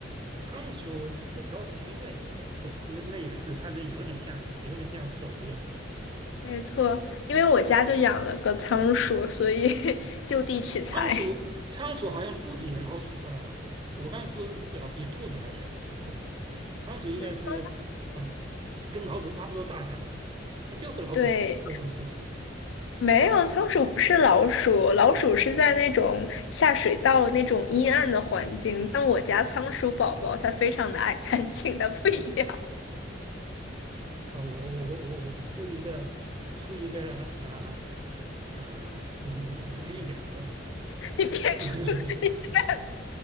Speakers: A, on the right; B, on the left.
A: 仓鼠四条腿，应该应该对，那那也是它的有点像有点像手一样的。
B: 没错。因为我家就养了个仓鼠，所以 <laughs> 就地取材。
A: 仓鼠仓鼠好像不比老鼠啊，我刚才说表比兔子还小，比兔子还小。仓鼠应该是
B: 对，仓，
A: 啊、跟老鼠差不多大小吧，就是它就是老鼠，
B: 对，
A: 是个老鼠。
B: 没有，仓鼠不是老鼠，老鼠是在那种下水道那种阴暗的环境，但我家仓鼠宝宝它非常的爱干净，它不一样。
A: 好，我我我我我出一个出一个啊啊、嗯难一点的咯。
B: <laughs> 你别出，
A: <laughs>
B: <laughs> 你别